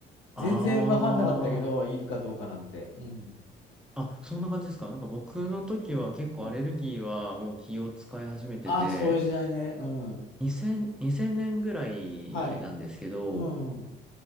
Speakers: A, on the left (about 80°); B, in the centre.
A: 全然分かんなかったけど、
B: あ
A: いるかどうかなんて。うん。
B: あ。あ、そんな感じですか。なんか僕の時は結構アレルギーはもう気を使い始めてて、
A: うんあ、そういう時代ね。うん。
B: 2000、年ぐらいなんですけど、
A: はい。うん。